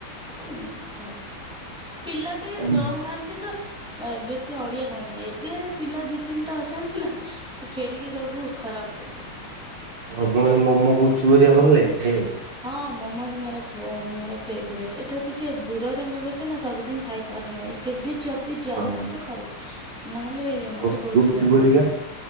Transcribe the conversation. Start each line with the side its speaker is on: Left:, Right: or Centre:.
Centre: ହଁ ଭଲ ପିଲା କେହି
Right: ଆଉ
Centre: ରହୁନାହାନ୍ତି
Right: ମୁଁ
Centre: ତ? ବେଶୀ ଅଡିଆ ହଉନି। ଏବେ ପିଲା ଦି ତିନିଟା ଅଛନ୍ତି ନା। ସେ ଖେଡିକି ସବୁ ଖରାପ କରିଦଉଛନ୍ତି।
Right: ହଁ ମୁଁ କହିଲି ମୋମୋ ଗୁପଚୁପ୍ ହେରିକା ଭଲ ଲାଗେ ଖାଇ ଆକୁ?
Centre: ହଁ ମୋମୋଜ୍ ମେରା ମୋର ଫେବରେଟ୍। ଏଇଟା ଟିକେ ଦୂରରେ ମିଳୁଚି ନା ସବୁଦିନ ଖାଇପାରୁନାଇଁ। କେବେ ଯଦି ଯାଉଛି
Right: ହଁ,
Centre: ତ ଖାଉଚି। ନହେଲେ ମତେ
Right: ଆଉ
Centre: ବହୁତ
Right: ଗୁପଚୁପ
Centre: ଭଲ
Right: ହେରିକା
Centre: ନାଗେ